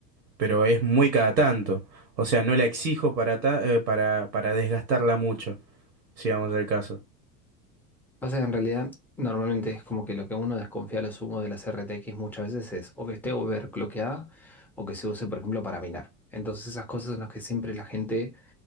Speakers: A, on the right; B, in the centre.
A: pero es muy cada tanto. O sea, no la exijo para, ta- eh, para, para desgastarla mucho, si vamos al caso.
B: Pasa que en realidad normalmente es como que lo que uno desconfía a lo sumo de las RTX muchas veces es o que esté overclockeada o que se use, por ejemplo, para minar. Entonces esas cosas son las que siempre la gente